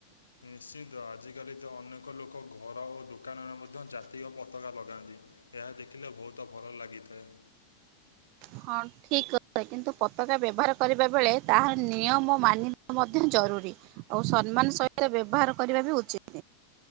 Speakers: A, on the left; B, on the right.
A: ନିଶ୍ଚିତ ଆଜିକାଲି ତ ଅନେକ ଲୋକ ଘର ଓ ଦୋକାନରେ ମଧ୍ୟ ଜାତୀୟ ପତାକା ଲଗାନ୍ତି। ଏହା ଦେଖିଲେ ବହୁତ ଭଲ ଲାଗିଥାଏ।
B: ହ। ଠିକ୍ କଥା। କିନ୍ତୁ ପତାକା ବ୍ୟବହାର କରିବା ବେଳେ ତାହାର ନିୟମ ମାନିବା ମଧ୍ୟ ଜରୁରୀ। ଆଉ ସମ୍ମାନ ସହିତ ବ୍ୟବହାର କରିବା ବି ଉଚିତ୍।